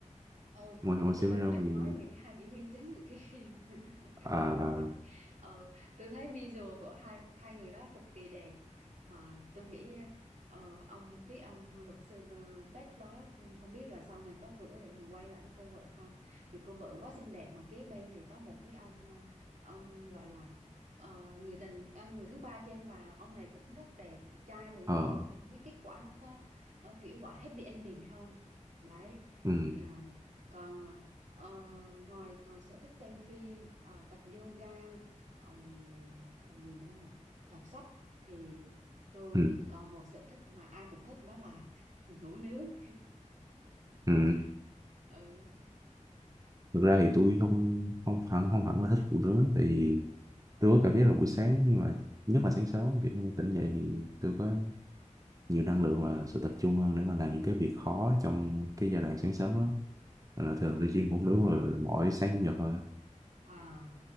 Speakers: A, on the right (about 70°); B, on the right (about 25°).
A: ừ,
B: ngoài ngoài
A: thì
B: xem
A: tôi đang
B: phim ra
A: định
B: thì
A: nói về cái hai diễn viên chính của cái <laughs> phim <laughs> nữ
B: à
A: hoàng nước Bắc ờ, tôi thấy visual của hai hai người đó cực kỳ đẹp mà tôi nghĩ ờ, ông cái ông luật sư ờ, Beck đó không biết là sau này có cửa để mà quay lại với cô vợ không vì cô vợ quá xinh đẹp mà kế bên thì có một cái ông ờ, ông gọi là ờ, người tình ờ, người thứ ba chen vào ông này cũng rất đẹp trai và giàu
B: ờ
A: nữa thì không biết kết quả nó có ờ, kiểu gọi happy ending không đấy
B: ừ
A: à, còn à, Ờ, ngoài ngoài sở thích xem phim à, tập yoga ừm, gì nữa mà đọc sách thì tôi
B: ừ
A: còn một sở thích mà ai cũng thích đó là <laughs> ngủ nướng
B: ừ
A: <laughs> ừ,
B: thực ra thì tôi không không hẳn không hẳn là thích phụ nữ tại vì tôi có cảm giác là buổi sáng nhưng mà nhất là sáng sớm kiểu như tỉnh dậy thì tôi có nhiều năng lượng và sự tập trung hơn để mà làm những cái việc khó trong cái giai đoạn sáng sớm đó Nên là thường tôi chuyên ngủ nướng rồi mỗi sáng chủ nhật thôi
A: ừ.